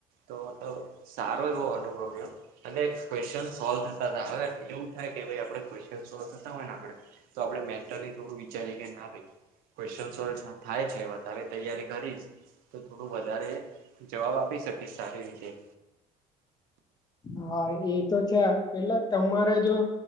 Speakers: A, on the right; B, on the left.
A: તો મતલબ સારો એવો અનુભવ રહ્યો અને ક્વેશ્ચન સોલ્વ થતા હતા હવે એવું થાય કે ભાઈ આપડે ક્વેશ્ન સોલ્વ થતા હોય ને આપડે તો આપડણે મેન્ટલી થોડું વિચારીએ કે ના ભાઈ ક્વન સોલ્વ થાય છે વધારે તૈયારી કરીશ તો થોડું વધારે જવાબ આપી શકીશ સારી રીતે
B: હા એ તો છે એટલે તમારે જો